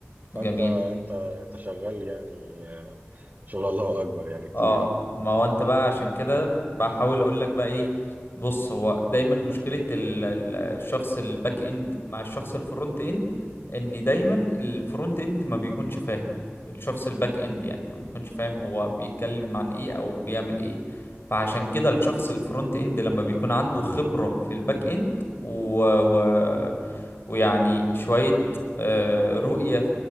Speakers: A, on the right (about 40°); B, on the left (about 55°).
A: فانت
B: جميل
A: انت انت شغال يعني آه، شغل الله اكبر يعني كتير
B: اه ما هو انت بقى عشان كده بحاول اقول لك بقى ايه بص هو دايما مشكلة ال- ال- الشخص الباك اند مع الشخص الفرونت اند ان دايما الفرونت اند ما بيكونش فاهم الشخص الباك اند يعني ما بيكونش فاهم هو بيتكلم عن ايه او بيعمل ايه فعشان كده الشخص الفرونت اند لما بيكون عنده خبرة في الباك اند و... و... ويعني شوية آه، رؤية